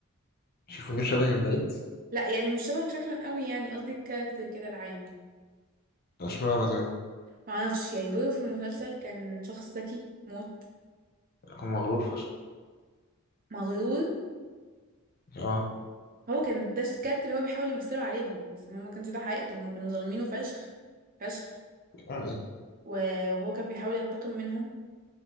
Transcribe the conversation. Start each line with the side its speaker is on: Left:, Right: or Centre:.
Left: شوف منير شلبي من بعيد
Right: لا يعني مش شبهك شكلا قوي يعني قصدي الكاركتر كده العام
Left: اشمعنى زي
Right: معرفش يعني دوره في المسلسل كان شخص ذكي موت
Left: كان مغرور فشخ
Right: مغرور
Left: اه
Right: هو كان ده الكاركتر اللي هو بيحاول يمثله عليهم بس هما ما كانش ده حقيقته هما كانوا ظالمينه فشخ فشخ
Left: يعني
Right: و- وهو كان بيحاول ينتقم منهم